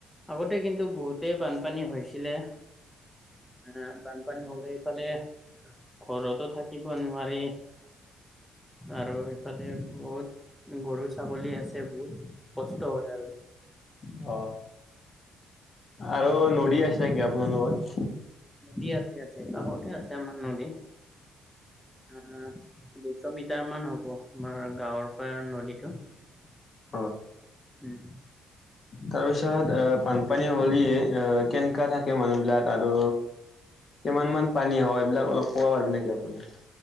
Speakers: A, in the centre; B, on the left (about 45°).
A: আগতে কিন্তু বহুতেই বানপানী হৈছিলে। আহ বানপানী হলে এইফালে ঘৰতো থাকিব নোৱাৰি। আৰু এইফালে বহুত গৰু ছাগলী আছে বহুত কষ্ট হয় আৰু।
B: অ। আৰু নদী আছে নেকি আপোনালোকৰ?
A: নদী আছে আছে, কাষতে আছে আমাৰ নদী। অ দুইশ মিটাৰ মান হ'ব আমাৰ গাঁৱৰ পৰা নদীটো।
B: <inaudible>
A: উম।
B: তাৰপিছত অ বানপানী হ'লি এ অ কেনেকা থাকে মানুহ বিলাক? আৰু কিমান মান পানী হয় এইবিলাক অলপ ক'ব পাৰবি নেকি আপুনি?